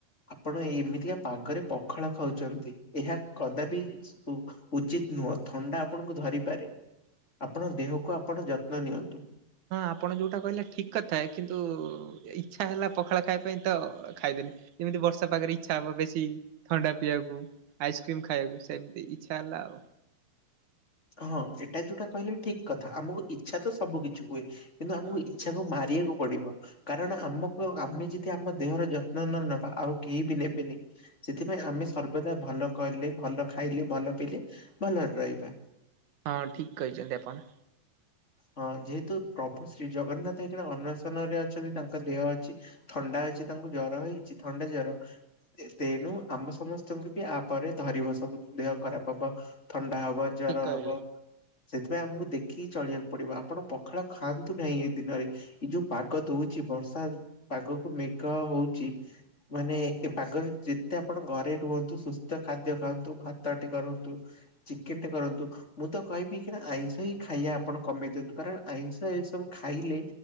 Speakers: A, on the left (about 20°); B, on the right (about 65°).
A: ଆପଣ ଏମିତିକା ପାଗରେ ପଖାଳ ଖାଉଛନ୍ତି ଏହା କଦାପି ଉଚିତ ନୁହଁ ଥଣ୍ଡା ଆପଣଙ୍କୁ ଧରିପାରେ। ଆପଣ ଦେହକୁ ଆପଣ ଯତ୍ନ ନିଅନ୍ତୁ।
B: ହଁ ଆପଣ ଯୋଉଟା କହିଲେ ଠିକ କଥାଏ କିନ୍ତୁ ଇଚ୍ଛା ହେଲା ପଖାଳ ଖାଇବା ପାଇଁ ତ ଖାଇଦେନି ଯେମିତି ବର୍ଷା ପାାଗରେ ଇଛା ହବ ବେଶୀ ଥଣ୍ଡା ପିଇବାକୁ ଆଇସ୍କ୍ରିମ ଖାଇବାକୁ ସେମିତି ଇଚ୍ଛା ହେଲା ଆଉ।
A: ହଁ ଏଇଟା ଯୋଉଟା କହିଲେ ଠିକ କଥା ଆମକୁ ଇଚ୍ଛା ତ ସବୁ କିିଛି ହୁଏ କିନ୍ତୁ ଆମକୁ
B: ହଁ
A: ଇଛା ତାକୁ ମାରିବାକୁ ପଡିବ। କାରଣ ଆମକୁ ଆମେ ଯଦି ଆମ ଦେହର ଯତ୍ନ ନ ନେବା ଆଉ କେହି ବି ନେବେନି ସେଥିପାଇଁ ଆମେ ସର୍ବଦା ଭଲ କଲେ ଭଲ ଖାଇଲେ ଭଲ ପିଇଲେ ଭଲରେ ରହିବା।
B: ହଁ ଠିକ୍ କହିଛନ୍ତି ଆପଣ।
A: ହଁ ଯେହେତୁ ପ୍ରଭୁ ଶ୍ରୀ ଜଗନ୍ନାଥ ହେଇକଣ ଅନ୍ଶନ ରେ ଅଛନ୍ତି ତାଙ୍କ ଦେହ ଅଛି ଥଣ୍ଡା ହେଇଛି ତାଙ୍କୁ ଜର ହେଇଛି ଥଣ୍ଡା ଜର ତେଣୁ ଆମ ସମସ୍ତଙ୍କୁ ବି ଆପ ଧରିବ ସବୁ ଦେହ ଖରାପ ହବ ଥଣ୍ଡା
B: ହଁ
A: ହବ ଜର
B: ଠିକ କହିଲେ।
A: ହବ ସେଥିପାଇଁ ଆମକୁ ଦେଖି ଚଳିବାକୁ ପଡିବ ଆପଣ ପଖାଳ ଖାଆନ୍ତୁ ନାହିଁ ଏଇ ଦିନ ଏଇ ଯୋଉ ପାଗ ଦଉଛି ବର୍ଷା ପାଗକୁ ମେଘ ହଉଛି ମାନେ ଏ ପାଗରେ ଯେତେ ଆପଣ ଘରେ ରୁହନ୍ତୁ ସୁସ୍ଥ ଖାଦ୍ୟ ଖାଆନ୍ତୁ ଭାତଟି କରନ୍ତୁ। ଚିକେନ ଟେ କରନ୍ତୁ ମୁଁ ତ କହିବି କି ନା ଆଇଁଷ ହିଁ ଖାଇବା। ଆପଣ କମେଇ ଦିଅନ୍ତୁ କାରଣ ଆଇଁଷ ଏ ସବୁ ଖାଇଲେ